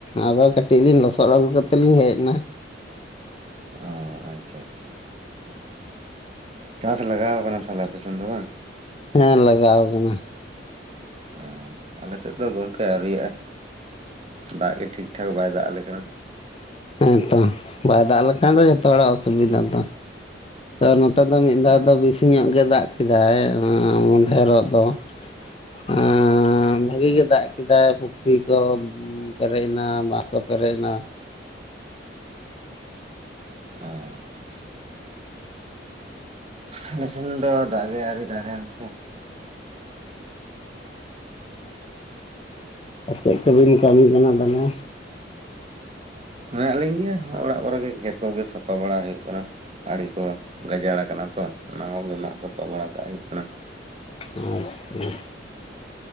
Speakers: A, on the left; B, on the right.
A: ᱟᱫᱚ ᱠᱟᱹᱴᱤᱡ ᱞᱤᱧ ᱞᱚᱥᱚᱫ ᱟᱹᱜᱩ ᱠᱟᱛᱮ ᱞᱤᱧ ᱦᱮᱡ ᱮᱱᱟ
B: ᱚ ᱟᱪᱪᱷᱟ ᱟᱪᱪᱷᱟ ᱪᱟᱥ ᱞᱟᱜᱟᱣ ᱠᱟᱱᱟ ᱛᱟᱦᱞᱮ ᱟᱯᱮ ᱥᱮᱫ ᱫᱚ ᱵᱟᱝ
A: ᱦᱮᱸ ᱞᱟᱜᱟᱣ ᱠᱟᱱᱟ
B: ᱚ ᱟᱞᱮ ᱥᱮᱫ ᱫᱚ ᱜᱚᱝᱠᱮ ᱟᱹᱣᱨᱤᱭᱟᱜᱼᱟ ᱫᱟᱜ ᱜᱮ ᱴᱷᱤᱠ ᱴᱷᱟᱠ ᱵᱟᱭ ᱫᱟᱜ ᱟᱞᱮ ᱠᱟᱱᱟ
A: ᱦᱮᱸ ᱛᱚ ᱵᱟᱭ ᱫᱟᱜ ᱞᱮᱠᱷᱟᱱ ᱫᱚ ᱡᱦᱚᱛᱚ ᱦᱚᱲᱟᱜ ᱚᱥᱩᱵᱤᱫᱟ ᱛᱚ ᱱᱮᱛᱳᱜ ᱫᱚ ᱢᱤᱫ ᱫᱷᱟᱣ
B: ᱚ
A: ᱫᱚ ᱵᱤᱥᱤ ᱧᱚᱜ ᱜᱮ ᱫᱟᱜ ᱠᱮᱫᱟᱭ ᱢᱟᱫᱷᱮᱨᱚᱜ ᱫᱚ <unintelligible> ᱵᱷᱟᱜᱤ
B: ᱚ
A: ᱜᱮ ᱫᱟᱜ ᱠᱮᱫᱟᱭ ᱯᱩᱠᱷᱨᱤ ᱠᱚ ᱯᱮᱨᱮᱡ ᱮᱱᱟ ᱵᱟᱸᱫᱷ ᱠᱚ ᱯᱮᱨᱮᱡ ᱮᱱᱟ
B: ᱦᱮᱸ ᱟᱪᱪᱷᱟ <unintelligible> ᱟᱞᱮᱥᱮᱫ ᱫᱚ ᱫᱟᱜ ᱜᱮ ᱟᱣᱨᱤ ᱫᱟᱜ -ᱜᱟᱭ ᱜᱚᱝᱠᱮ
A: ᱚ ᱪᱮᱫ ᱠᱚᱵᱤᱱ ᱠᱟᱹᱢᱤ ᱠᱟᱱᱟ ᱛᱟᱦᱞᱮ
B: ᱢᱮᱱᱟᱜ ᱞᱤᱧ ᱜᱮᱭᱟ ᱚᱲᱟᱜ ᱠᱚᱨᱮ ᱜᱮ ᱠᱷᱮᱛ ᱠᱚᱜᱮ ᱥᱟᱯᱟ ᱵᱟᱲᱟ ᱦᱩᱭᱩᱜ ᱠᱟᱱᱟ ᱟᱲᱮ ᱠᱚ ᱜᱟᱡᱟᱲ ᱠᱟᱱᱟ ᱛᱚ ᱚᱱᱟ ᱠᱚ ᱜᱮ ᱢᱟᱜ ᱥᱟᱯᱟ ᱵᱟᱲᱟ ᱠᱟᱜ ᱦᱩᱭᱩᱜ ᱠᱟᱱᱟ
A: ᱟᱪ <inaudible> ᱦᱮᱸ